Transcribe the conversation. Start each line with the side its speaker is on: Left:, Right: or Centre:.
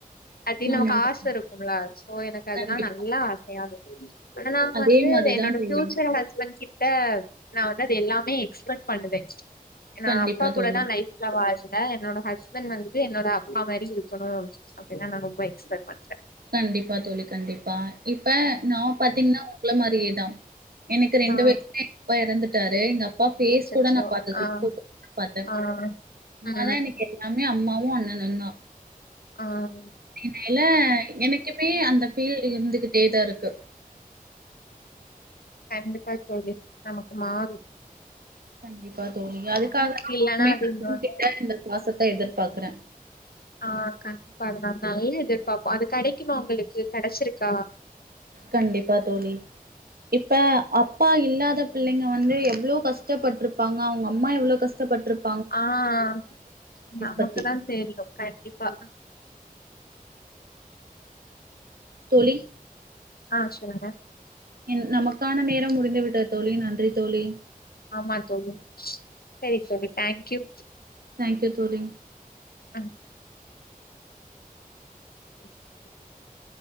Left: அட்டின்
Right: ஆமா
Left: நமக்கு
Right: தோழி
Left: ஆச இருக்கும்லா சோ எனக்கு அதுன்னா
Right: கண்டிப்பா
Left: நல்லா ஆசையா தோழி ஆனா நா
Right: அதே
Left: வந்து
Right: மாரிதா
Left: என்னோட
Right: தோழி
Left: ஃயூச்சர் ஹஸ்பண்ட் கிட் ட்டேக் நா வந்து அது எல்லாமே எக்ஸ்பென்ட் பண்ணுவே நா
Right: கண்டிப்பா
Left: அப்பா கூடதான்
Right: தோழி
Left: லைஃப்ல வாழ் ட்ட என்னோட ஹஸ்பண்ட் வந்து என்னோட அப்பா மாரி இருக்கணும் அப்டின்னா நான் ரொம்ப எக்ஸ்பெட் பண்ணுவே
Right: கண்டிப்பா தோழி கண்டிப்பா இப்ப நா பாத்தீங்கின்னா உங்கள மாரியேதா எனக்கு ரெண்டு
Left: ஆ
Right: வயிசுலே எங் அப்பா இறந்துட் ட்டாரு எங் அப் அப்பா பேஸ்
Left: அச்சச்சோ
Right: கூட நான் பாத்ததுல்ல
Left: ஆ
Right: போட்டோல் பாத்தே
Left: ஆ
Right: அம்மாதா
Left: ம்
Right: எனக் எல்லாமே மே அம்மாவு அண்ணனுன் தா
Left: ஆஹ்
Right: அப்டினாலே எனக்குமே அந்த ஃபீல் ட்டு இருந்துகிட்டேதா இருக்கு
Left: கண்டிப்பா தோழி நமக்கு மாரு
Right: கண்டிப்பா தோழி அதுக்காக நானுமே
Left: இல்லன்னா அது இன்னொன்னு
Right: உங்கிட்ட இந்த பாசத்த எதிர்ப் பாக்குறே
Left: ஆஹ் கண்டிப்பா அத நல் எதிர்பாப்போம் அது கெடைக்குமா உங்களுக்கு கெடச்சிருக்கா
Right: கண்டிப்பா தோழி இப்ப அப் ப்பா இல்லாத பிள்ளீங்க வந்து எவ்ளோ கஷ்டப்பட்டிருப்பாங்க அவுங்க அம்மா எவ்ளோ கஷ்டப்பட்ருப்
Left: ஆஹ் நமக்கு
Right: பத்தி.
Left: தான் தெரியு கண்டிப்பா
Right: தோழி.
Left: ஆஹ சொல்லுங்க.
Right: என் நமக்கான நேரம்மு. முடிந்து விட்டது தோழி நன்றி தோழி.
Left: ஆம்மா தோழி. சேரி தோழி தேங்க்யூ.
Right: தேங்க்யூ தோழி.
Left: ஆஹ. <unintelligible>